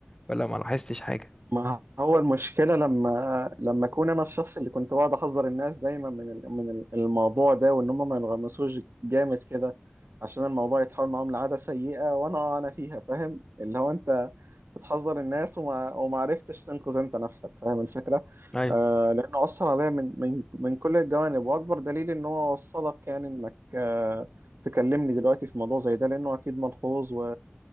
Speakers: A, on the left; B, on the right.
A: ولا ما لاحظتش حاجة
B: ما هو المشكلة لما لما أكون أنا الشخص اللي كنت بقعد أحذر الناس دايما من ال- من ال- الموضوع ده وإن هم ما ينغمسوش جامد كده عشان الموضوع يتحول معاهم لعادة سيئة وأنا أنا فيها فاهم اللي هو أنت بتحذر الناس وما وما عرفتش تنقذ أنت نفسك فاهم الفكرة؟
A: أيوة
B: آه لأنه أثر عليا من من من كل الجوانب وأكبر دليل إن هو وصلك يعني إنك آه تكلمني دلوقتي في موضوع زي ده لأنه أكيد ملحوظ و...